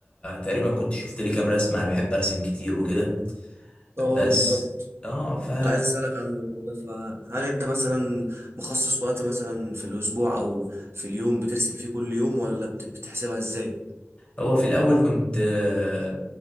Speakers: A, on the left; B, on the right.
A: تقريبا كنت شفت لي كام رسمه انا بحب ارسم كتير وكده
B: اه
A: بس
B: بالظبط
A: اه ف
B: كنت عايز اسألك عن الموضوع ده فهل انت مثلا مخصص وقت مثلا في الاسبوع او في اليوم بترسم فيه كل يوم ولا بت- بتحسبها ازاي؟
A: هو في الأول كنت آه،